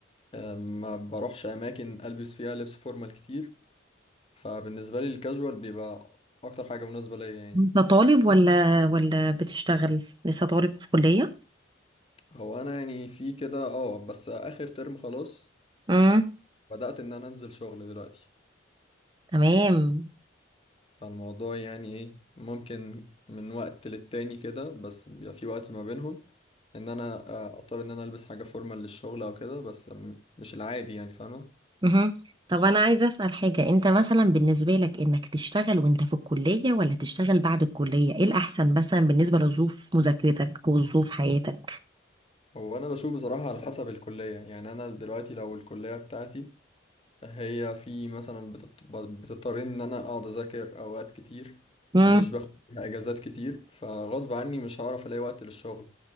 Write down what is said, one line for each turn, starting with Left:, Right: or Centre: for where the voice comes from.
Left: آه، ما بروحش اماكن البس فيها لبس فورمال كتير فبالنسبه لي الكاجوال بيبقى اكتر حاجه مناسبه ليا يعني
Right: انت طالب ولا ولا بتشتغل لسه طالب في كلية
Left: هو انا يعني في كده اه بس اخر ترم خلاص
Right: امم
Left: بدات ان انا انزل شغل دلوقتي
Right: تمام
Left: فالموضوع يعني ايه ممكن من وقت للتاني كده بس بيبقى في وقت ما بينهم ان انا آه، اضطر ان انا البس حاجه فورمال للشغل او كده بس م- مش العادي يعني فاهمه
Right: مهم. طب انا عايزه اسال حاجه انت مثلا بالنسبه لك انك تشتغل وانت في الكليه ولا تشتغل بعد الكليه ايه الاحسن مثلا بالنسبه لظروف مذاكرتك وظروف حياتك
Left: هو انا بشوف بصراحه على حسب الكليه يعني انا دلوقتي لو الكليه بتاعتي هي في مثلا بتط- بتضطر ان انا اقعد اذاكر اوقات كتير
Right: امم
Left: مش باخد فيها اجازات كتير فغصب عني مش هعرف الاقي وقت للشغل